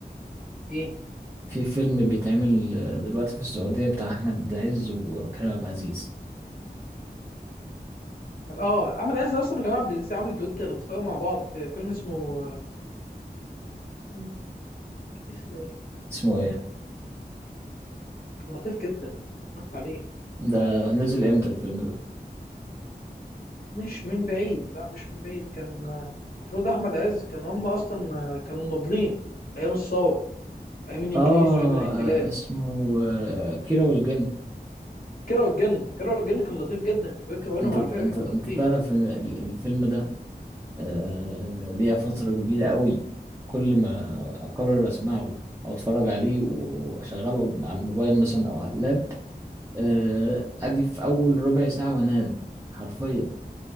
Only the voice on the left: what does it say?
ايه
اه احمد عز اصلا وكريم عبد العزيز عملوا دويت لطيف قوي مع بعض في فيلم اسمه مم، كان اسمه ايه؟
كان لطيف جدا اتفرجت عليه
آه،
مش من بعيد لا مش من بعيد كان آه، المفروض احمد عز كان هم اصلا آه، كانوا مناضلين ايام الثوره ايام الانجليز
وايام الاحتلال
كيرة والجن كيرة والجن كان لطيف جدا دويت ما بينهم
على فكره
كان
لطيف